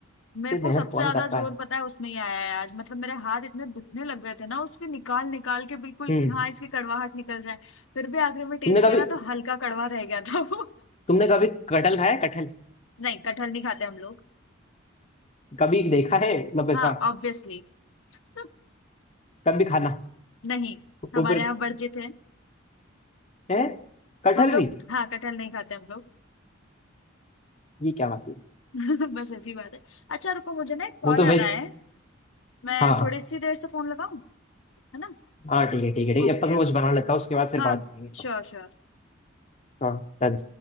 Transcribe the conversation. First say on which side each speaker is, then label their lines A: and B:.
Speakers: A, on the left (about 75°); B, on the left (about 35°).
A: मेरे
B: इतनी
A: को
B: मेहनत
A: सबसे
B: कौन
A: ज्यादा
B: करता
A: जोर
B: है
A: पता है उसमें ही आया है आज मतलब मेरे हाथ इतने दुखने लग गए थे ना उसके निकाल निकाल के बिल्कुल
B: हम्म
A: कि हाँ इसकी कड़वाहट निकल जाए फिर भी आखिर में टेस्ट
B: तुमने कभी
A: किया ना तो हल्का कड़वा रह गया था वो
B: तुमने कभी कटहल खाया है? कटहल
A: <laughs> नहीं कटहल नहीं खाते हम लोग
B: कभी देखा है मतलब ऐसा
A: हाँ ऑब्वियसली <laughs>
B: कभी खाना
A: नहीं हमारे
B: ऊपर
A: यहाँ वर्जित है
B: है कटहल
A: हम लोग
B: भी
A: हाँ कटहल नहीं खाते हम लोग
B: ये क्या बात हुई
A: <laughs> बस ऐसी बात है अच्छा रुको मुझे ना एक कॉल
B: वो तो
A: आ
B: वेज
A: रहा है मैं
B: हाँ
A: थोड़ी सी देर से फोन लगाऊं है ना
B: हाँ ठीक है ठीक है ठीक
A: ओके
B: है अब तक मैं कुछ बना लेता हूँ उसके बाद फिर
A: हाँ
B: बात करेंगे
A: Sure sure
B: हाँ डन